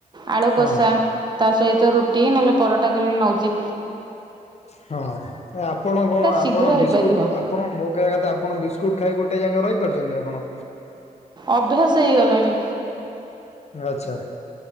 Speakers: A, on the right; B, on the left.
A: ଆଳୁ
B: ହଁ
A: କଷା ତା ସହିତ ରୁଟି ନହେଲେ ପରଟା କଲେ ନଉଛି।
B: ହଁ ଆପଣ କଣ ଆପଣ
A: ଶୀଘ୍ର ହେଇପାରିବ
B: ବିସ୍କୁଟ ଆପଣ ମୋ କହିବା କଥା ଆପଣ ବିସ୍କୁଟ ଖାଇ ଗୋଟେ ଜାଗା ରହିପାରୁଛନ୍ତି ଆପଣ?
A: ଅଭ୍ୟାସ ହେଇଗଲାଣି।
B: ଆଚ୍ଛା।